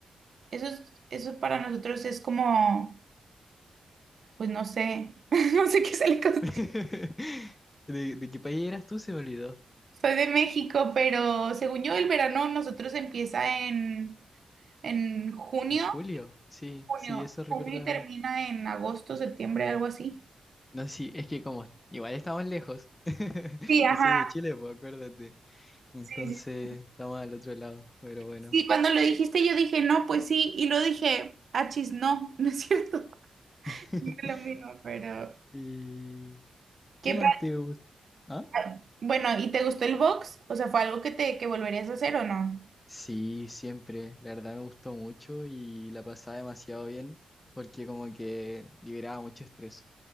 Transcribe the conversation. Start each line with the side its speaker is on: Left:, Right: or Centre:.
Right: Eso es, eso para nosotros es como, pues no sé, <laughs> no sé qué se le con-
Left: <laughs> ¿De, de qué país eras tú? Se me olvidó.
Right: Soy de México, pero según yo el verano nosotros empieza en En junio,
Left: ¿En julio? Sí,
Right: junio,
Left: sí, eso recordaba.
Right: junio y termina en agosto, septiembre, algo así.
Left: No, sí, es que como igual estamos lejos. <laughs>
Right: Sí, ajá,
Left: Yo soy de Chile, pues acuérdate. Entonces
Right: sí, sí.
Left: estamos al otro lado, pero bueno.
Right: Sí, cuando lo dijiste yo dije, no, pues sí, y lo dije, achis, no, <laughs> no es cierto. <laughs>
Left: <laughs>
Right: No es lo mismo, pero...
Left: ¿Y
Right: ¿Qué
Left: qué más te gusta? ¿Ah?
Right: padre. Bueno, ¿y te gustó el box? O sea, ¿fue algo que te que volverías a hacer o no?
Left: Sí, siempre. La verdad me gustó mucho y la pasaba demasiado bien porque como que liberaba mucho estrés.